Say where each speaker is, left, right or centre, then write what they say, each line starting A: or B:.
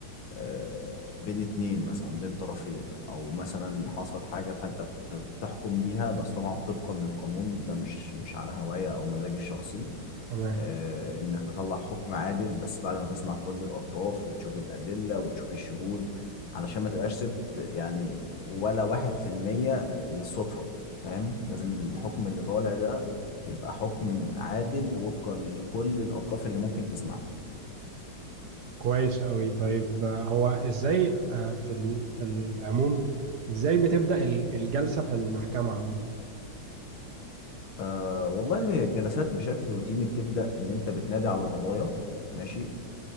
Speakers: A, on the left; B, on the right.
A: آه، بين اتنين مثلا بين طرفين او مثلا حصل حاجة فانت بت- بتحكم بيها بس طبعا طبقا للقانون ده مش مش على هواية او مزاجي الشخصي
B: تمام
A: آه، انك تطلع حكم عادل بس بعد ما تسمع كل الاطراف وتشوف الادلة وتشوف الشهود علشان ما تبقاش سبت يعني ولا واحد في المية للصدفة فاهم لازم الحكم اللي طالع ده يبقى حكم عادل وفقا لكل الاطراف اللي ممكن تسمعها
B: كويس أوي طيب آه، هو إزاي آه، في ال- في العموم إزاي بتبدأ ال- الجلسة في المحكمة عامة
A: آه والله هي الجلسات بشكل روتيني بتبدأ إن أنت بتنادي على القضايا ماشي